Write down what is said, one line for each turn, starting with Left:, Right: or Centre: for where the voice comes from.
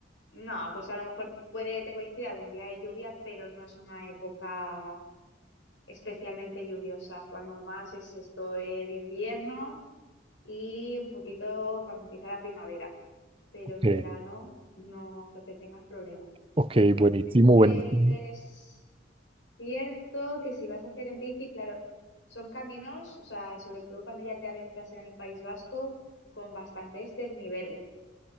Left: No, pues a lo mejor puede que te coincida algún día de lluvia, pero no es una época especialmente lluviosa. Cuando más es esto el invierno y un poquito cuando empieza la primavera, pero
Right: Ok,
Left: en verano no creo que tengas problemas.
Right: ok, buenísimo,
Left: Lo que sí que
Right: buenísimo.
Left: es cierto que si vas a hacer en bici, claro, son caminos, o sea, sobre todo cuando ya te adentras en el País Vasco, con bastantes desniveles.